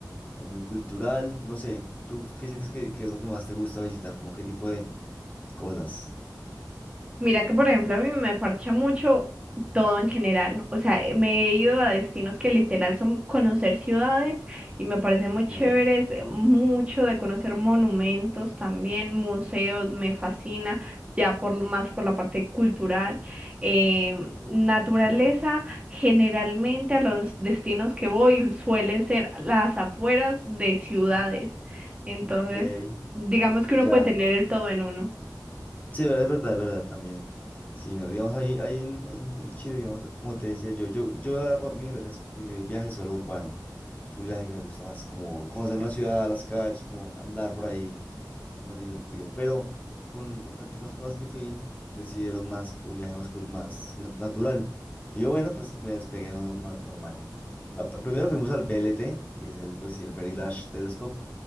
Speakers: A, on the left; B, on the right.
A: o muy cultural. No sé, ¿tú qué sientes que, que es lo que más te gusta visitar? como qué tipo de cosas?
B: Mira que, por ejemplo, a mí me parcha mucho todo en general. O sea, eh, me he ido a destinos que literal son conocer ciudades y me parecen muy
A: Ok,
B: chéveres, eh, mucho de conocer monumentos también, museos, me fascina, ya por más por la parte cultural. Eh, naturaleza,
A: ok,
B: generalmente a los destinos que voy suelen ser las afueras de ciudades. Entonces,
A: ok.
B: digamos que
A: Ya.
B: uno puede tener el todo en uno.
A: Sí, verdad, es verdad, es verdad también. Sí, no, digamos, ahí, ahí en, en, en Chile, digamos, como te decía yo, yo, yo ahora por mí hubiera escogido el viaje solo urbano. Es un viaje que me gusta más, como conocer una ciudad, las calles, como andar por ahí. Es más divertido. Pero con las personas con las que fui, decidieron más un viaje más, cul- más na- natural. Y yo, bueno, pues me despegué normal, normal. A- Primero fuimos al BLT, que es el, pues, sí, el Very Large Telescope,